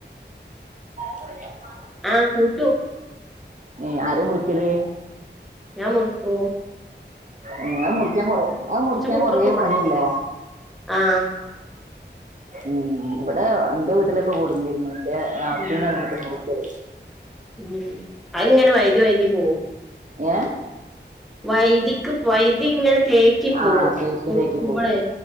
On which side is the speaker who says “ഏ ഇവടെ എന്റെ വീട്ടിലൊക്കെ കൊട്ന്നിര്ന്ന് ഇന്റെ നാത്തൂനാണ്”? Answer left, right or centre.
Right